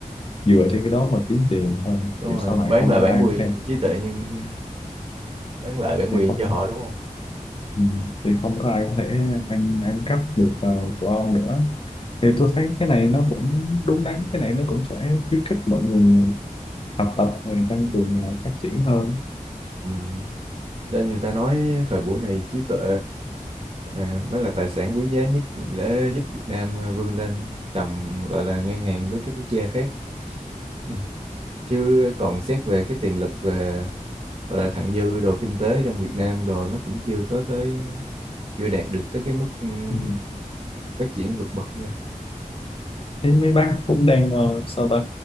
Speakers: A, on the left; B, on the right.
A: dựa
B: Ừ.
A: trên cái đó mà kiếm tiền hơn
B: đúng
A: thì
B: rồi
A: sau này
B: bán
A: không
B: lại
A: có
B: bản
A: ai
B: quyền
A: có thể
B: trí tuệ nhưng bán lại bản
A: thì
B: quyền
A: không
B: cho họ đúng không
A: Ừ, thì không có ai có thể ăn ăn cắp được ờ, của ông nữa thì tôi thấy cái này nó cũng đúng đắn cái này nó cũng sẽ khuyến khích mọi người học tập rồi tăng cường ờ, phát triển hơn
B: ừ. nên người ta nói thời buổi này trí tuệ à, mới là tài sản quý giá nhất để giúp Việt Nam vươn lên tầm gọi là ngang hàng với các quốc gia khác <laughs> chứ còn xét về cái tiềm lực về gọi là thặng dư đồ kinh tế trong Việt Nam đồ nó cũng chưa có tới chưa đạt được tới cái mức ừm,
A: ừ.
B: phát triển vượt bậc nữa.
A: Thấy mấy bác cũng đang ờ, sao ta